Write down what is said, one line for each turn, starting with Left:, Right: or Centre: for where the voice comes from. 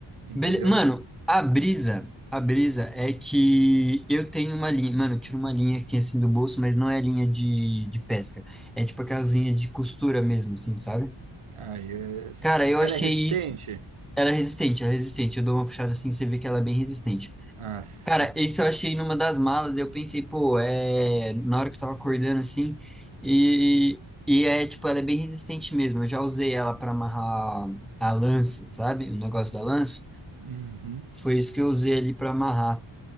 Right: entendeu?
Centre: Bele- Mano, a brisa, a brisa é que eu tenho uma linha, mano, eu tiro uma linha aqui assim do bolso, mas não é linha de, de pesca. É tipo aquelas linhas de costura mesmo, assim, sabe?
Right: Aí, é-
Centre: Cara, eu achei
Right: era resistente?
Centre: isso. Ela é resistente, ela é resistente. Eu dou uma puxada assim, você vê que ela é bem resistente.
Right: Ah, se.
Centre: Cara, isso eu achei numa das malas. Eu pensei, pô, é. Na hora que eu tava acordando assim. E, e é, tipo, ela é bem resistente mesmo. Eu já usei ela pra amarrar a lança, sabe? O negócio da lança.
Right: Uhum.
Centre: Foi isso que eu usei ali pra amarrar.